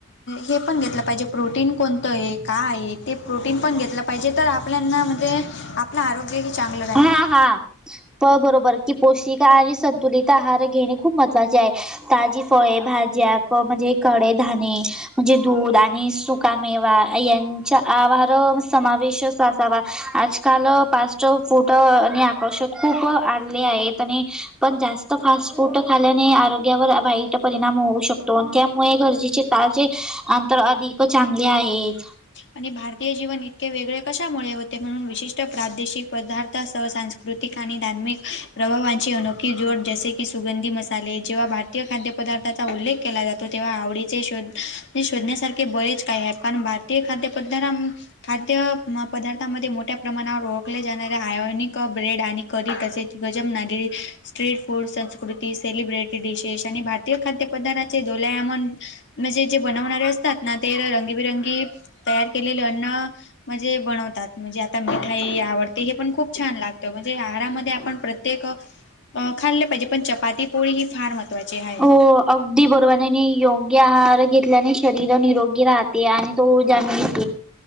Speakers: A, on the left (about 55°); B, in the centre.
A: हे पण घेतल पाहिजे प्रोटीन कोणत हे. काय ते प्रोटीन पण घेतल पाहिजे तर आपल्याना म्हणजे आपल आरोग्यही चांगल राहील.
B: हा हा प बरोबर की पोष्टिक आणि संतुलित आहार घेणे खूप महत्त्वाचे आहे. ताजी फळे भाज्या क म्हणजे कडे धाने म्हणजे दूध आणि सुकामेवा यांचा आहार समावेश अस असावा. आजकाल फास्ट फुट आणि आकर्षात खूप आणले आहेत आणि पण जास्त फास्ट फूड खाल्याने आरोग्यावर वाईट परिणाम होऊ शकतो आणि त्यामुळे गरजेचे जे अंतर अधिक चांगले आहेत.
A: आणि भारतीय जीवन इतके वेगळे कशामुळे होते म्हणून विशिष्ट प्रादेशिक पदार्थ सहसा कुठ कृतिक आणि धार्मिक प्रभावांची अनोखी जोड जसे की सुगंधी मसाले- जेव्हा भारतीय खादयपदार्थाचा उल्लेख केला जातो तेव्हा आवडीचे शोध शोधण्यासारखे ते बरेच काय आहेत कारण भारतीय खाद्य पद् खाद्य पदार्थामध्ये मोठ्या प्रमाणावर ओळखल्या जाणाऱ्या आयोनिक ब्रेड आणि कधी तसेच गजम नागिरी स्ट्रीट फूड स कृती सेलिब्रेटी दिशेश आणि भारतीय खाद्य पदार्ाचे डोलेआमन म्हणजे जे बनवणारे असतात ना ते रंगींबिरंगी तयार केलेले अन्न म्हणजे बनवतात म्हणजे आता मिठाई आवडते हे पण खूप छान लागत म्हणजे आहारामध्ये आपण प्रत्य तेक खाल्ले पाहिजे पण चपाती पोळी ही फार महत्त्वाची आहे.
B: हो अगदी बरोबर योग्य आहार घेतल्याने शरीर निरोगी राहते आणि तो ऊर्जा हम